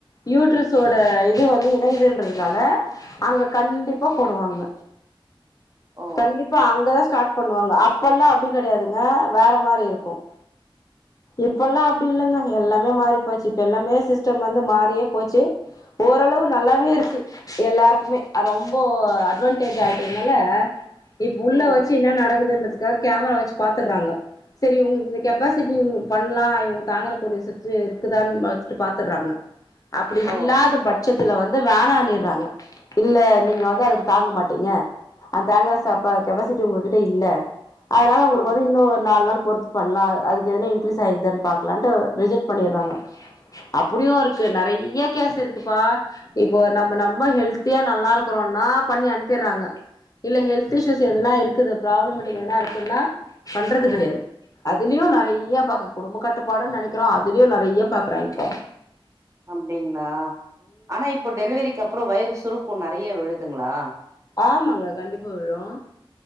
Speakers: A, on the left; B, on the right.
A: யூட்ரோஸோட இது வந்து இணைதல் றதுனால அங்க கண்டிப்பா போடுவாங்க
B: ஓ
A: கண்டிப்பா அங்கதா ஸ்டாட் பண்ணுவாங்க அப்பெல்லா அப்டி கிடையாதுங்க வேற மாரி இருக்கும் இப்பல்லா அப்டி இல்லங்க எல்லாமே மாறி போச்சு இப்போ எல்லாமே சிஸ்டம் வந்து மாறியே போச்சு ஓரளவு நல்லாவே இருக்கு எல்லாருக்குமே ரொம்ப அட்வான்டேஜ் ஆயிட்டதுனால இப்ப உள்ள
B: ம்
A: வச்சு என்ன நடக்குதுன்றதுக்காக கேமரா வச்சு பாத்துறாங்க சரி இங்களுக்கு இந்த கெப்பாசிட்டி இங்களுக்கு பண்ணலா இவங்க தாங்கறக்கூடிய சுச்சு இருக்குதான்னு ஃபஸ்ட்டு பாத்துறாங்க அப்டி
B: ஓ
A: இல்லாத பட் சத்துல வந்து வேன ணிறாங்க இல்ல நீங்க வந்து அதுக்கு தாங்க மாட்டீங்க அத தங்குற ச கெப்பாசிட்டி உங்ககிட்ட இல்ல அதனால உங்களுக்கு
B: ஆ
A: வந்து இன்னும் ஒரு நாலு நாள் பொறு பண்ணலா அதுக்கு எதுனா இன்கிறீஸ் ஆயிக்தானு பாக்கலாண்டு ரிஜக்ட் பண்ணிட்றாங்க அப்டியு இருக்கு நறைய கேஸ் இருக்குப்பா இப்போ நம்ம நம்ம ஹெல்த்தியா நல்லா இருக்கிறோனா பண்ணி அனுப்பிறாங்க இல்ல ஹெல்த் இ்ஸ்யூஷ் எதுனா இருக்குது ப்ராப்ளமேட்டிக் எதுன்னா இருக்குன்னா பண்றது
B: ம்
A: கிடையாது அதுலயு நிறைய பாக்க குடும்ப கட்டுப்பாடுன்னு நினைக்கிறோ அதுலயு நிறைய பாக்குறாங்க ப்போ
B: அப்டிங்களா ஆனா இப்போ டெலிவரிக்கு அப்புற வயிறு சுருக்கு நிறைய விழுதுங்களா
A: ஆமாங்க கண்டிப்பா விழும்